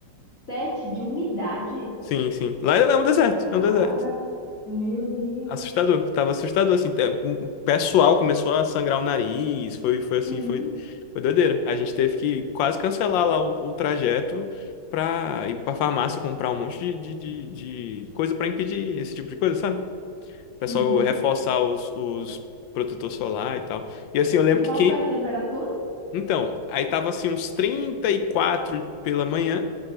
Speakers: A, on the left; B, on the left.
A: sete de umidade.
B: Sim, sim. Lá é é um deserto,
A: Cara,
B: é um deserto.
A: meu Deus.
B: Assustador, tava assustador assim. Te- O pessoal começou a sangrar o nariz, foi foi assim,
A: Sim.
B: foi foi doideira. A gente teve que quase cancelar lá o, o trajeto pra ir pra farmácia comprar um monte de, de, de, de coisa pra impedir esse tipo de coisa, sabe? O pessoal
A: Uhum.
B: reforçar os, os protetor solar e tal. E assim, eu lembro
A: E
B: que
A: qual
B: quem
A: foi a temperatura?
B: Então, aí tava assim uns 34 pela manhã.